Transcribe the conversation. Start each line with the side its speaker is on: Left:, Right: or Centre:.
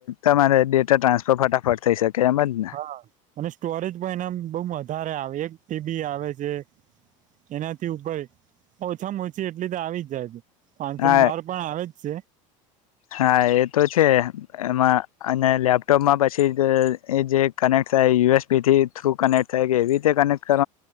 Left: તમારે ડેટા ટ્રાન્સફર ફટાફટ થઇ શકે એમ જ ને.
Right: હા અને સ્ટોરેજ પણ એને એમ બઉ વધારે આવે એક એ બી આવે છે. એનાથી ઉપર ઓછામાં ઓછી એટલી તો આવી જ જાય છે. પાંચસો
Left: હા
Right: બાર પણ આવે જ છે.
Left: હા એ તો છે. એમાં અને લેપટોપમાં પછી અહ એ જે કનેક ક્ટ થાય યુ એસ બી થી થ્રુ કનેક્ટ થાય કે એવી રીતે કનેક્ટ કર